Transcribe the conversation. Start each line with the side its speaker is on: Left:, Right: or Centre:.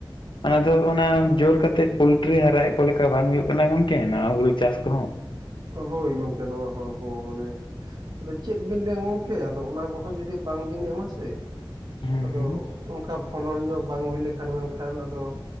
Left: ᱚᱱᱟ ᱫᱚ ᱚᱱᱟ ᱡᱳᱨ ᱠᱟᱛᱮᱫ ᱯᱚᱞᱴᱨᱤ ᱦᱟᱨᱟᱭᱮᱫ ᱠᱚ ᱞᱮᱠᱟ ᱵᱟᱝ ᱦᱩᱭᱩᱜ ᱠᱟᱱᱟ ᱜᱚᱝᱠᱮ ᱱᱚᱣᱟ ᱦᱩᱲᱩ ᱪᱟᱥ ᱠᱚᱦᱚᱸ᱾
Right: ᱦᱳᱭ ᱜᱚᱝᱠᱮ ᱱᱚᱣᱟ ᱦᱚᱸ ᱟᱵᱚ ᱢᱟᱱᱮ ᱟᱫᱚ ᱪᱮᱫ ᱵᱤᱱ ᱞᱮᱭᱟ ᱜᱚᱝᱠᱮ ᱟᱫᱚ ᱚᱱᱟ ᱠᱚᱦᱚ ᱡᱩᱫᱤ ᱵᱟᱝ ᱵᱤᱱ ᱮᱢᱟ ᱥᱮ
Left: ᱦᱩᱸ
Right: ᱟᱫᱚ
Left: ᱦᱩᱸ
Right: ᱚᱱᱠᱟ ᱯᱷᱚᱞᱚᱱ ᱧᱚᱜ ᱵᱟᱝ ᱦᱩᱭ ᱞᱮᱠᱷᱟᱱ ᱢᱮᱱᱠᱷᱟᱱ ᱟᱫᱚ